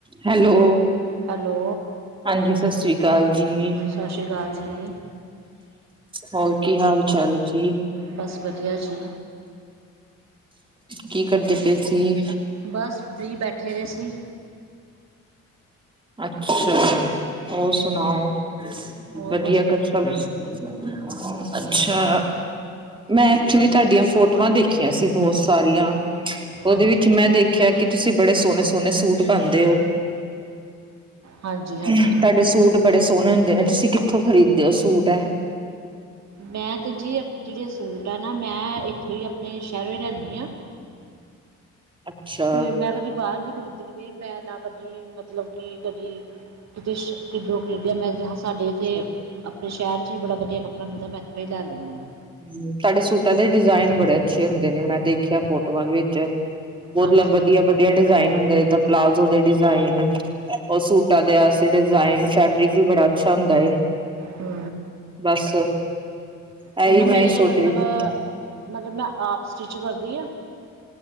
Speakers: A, on the right; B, on the right.
A: Hello!
B: Hello
A: ਹਾਂਜੀ, ਸਸਰੀ ਕੱਲ। ਜੀ।
B: ਸਤਿ ਸ਼੍ਰੀ ਅਕਾਲ ਜੀ
A: ਹੋਰ, ਕੀ ਹਾਲ ਚਾਲ ਜੀ?
B: ਬਸ ਵਧੀਆ ਜੀ।
A: ਕੀ ਕਰਦੇ ਪਏ ਸੀ?
B: ਬੱਸ ਫ੍ਰੀ ਬੈਠੇ ਦੇ ਸੀ।
A: ਅੱਛਾ ਹੋਰ ਸੁਣਾਓ
B: ਹੋਰ
A: ਵਧੀਆ
B: ਬਸ
A: ਕਰ ਸਬ ਬਸ ਅੱਛਾ ਮੈਂ ਐਕਚੁਲੀ ਤੁਹਾਡੀਆਂ ਫੋਟੋਆਂ ਦੇਖੀਆਂ ਸੀ ਬਹੁਤ ਸਾਰੀਆਂ ਉਹਦੇ
B: ਹਾਂਜੀ
A: ਵਿੱਚ ਮੈਂ ਦੇਖਿਆ ਕਿ ਤੁਸੀਂ ਬੜੇ ਸੋਹਣੇ ਸੋਹਣੇ ਸੂਟ ਪਾਂਦੇ ਹੋ
B: ਹਾਂਜੀ ਹਾਂਜੀ
A: ਤੁਹਾਡੇ ਸੂਟ ਬੜੇ ਸੋਹਣੇ ਹੁੰ ਦੇ ਨੇ ਤੁਸੀਂ ਕਿੱਥੋਂ ਖ਼ਰੀਦੇ ਹੋ ਸੂਟ ਇਹ
B: ਮੈਂ ਤੇ ਜੀ ਜਿਹੜੇ ਸੂਟ ਐ ਨਾ ਮੈਂ ਐਥੋਂ ਹੀ ਆਪਣੇ ਸ਼ਹਿਰੋਂ ਹੀ ਲਿਆਨੀ ਹਾਂ
A: ਅੱਛਾ
B: ਤੇ ਮੈਂ ਕਦੀ ਬਾਹਰ ਨੀ ਖਰੀਦ <unintelligible> ਮੈਂ ਨਾ ਕਦੀ ਮਤਲਬ ਕਿ ਕਦੀ ਕਿਤੇ ਕਿੱਦੋ ਖਰੀਦਿਆ ਮੈਂ ਸਾਡੇ
A: ਅੱਛਾ
B: ਇੱਥੇ ਆਪਣੇ ਸ਼ਹਿਰ ਹੀ ਬੜਾ ਵਧੀਆੱ ਕਪੜਾ ਮਿਲਦਾ ਮੈਂ ਇੱਥੋਂ ਹੀ ਲੈੈਂ ਲੈਣੀ ਹਾਂ
A: ਹੱਮ ਤੁਹਾਡੇ ਸੂਟਾਂ ਦੇ ਡਿਜ਼ਾਇਨ ਬੜੇ ਅੱਛੇ ਹੁੰਦੇ ਨੇ ਮੈਂ ਦੇਖਿਆ ਫੋਟੋਆਂ ਵਿੱਚ ਮਤਲਬ
B: ਹਾਂਜੀ
A: ਵਧੀਆ-ਵਧੀਆ
B: ਹਾਂਜੀ
A: ਡਿਜ਼ਾਇਨ ਹੁੰਦੇ ਏਧਰ ਪਲਾਜ਼ੋ ਦੇ ਡਿਜਾਇਨ ਉਹ ਸੂਟਾਂ ਦੇ ਅਸੀਂ ਡਿਜਾਇਨ ਫੈਬਰਿਕ ਵੀ ਬੜਾ ਅੱਛਾ ਹੁੰਦਾ ਏ
B: ਹੂੰ
A: ਬਸ ਇਹੀ
B: ਉਹਨ
A: ਮੈਂ
B: ਮੇਰੇ
A: ਹੀ ਸੋਚ
B: ਮਤਲਬ-ਮਤਲਬ
A: ਰਹੀ ਸੀ
B: ਮੈਂ ਆਪ ਸਟਿੱਚ ਕਰਦੀ ਹਾਂ